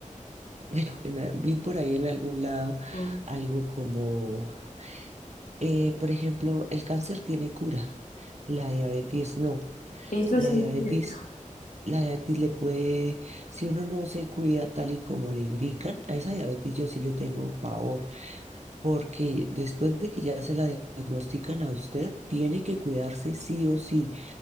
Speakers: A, on the right (about 55°); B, on the left (about 80°).
A: <laughs> bueno, en a- vi por ahí en algún lado
B: Mm.
A: algo como, eh, por ejemplo, el cáncer tiene cura, la diabetes no,
B: Eso
A: la
B: sí
A: diabetes...
B: es cierto.
A: La diabetes le puede, si uno no se cuida tal y como le indican, a esa diabetes yo sí le tengo pavor porque después de que ya se la diagnostican a usted, tiene que cuidarse sí o sí,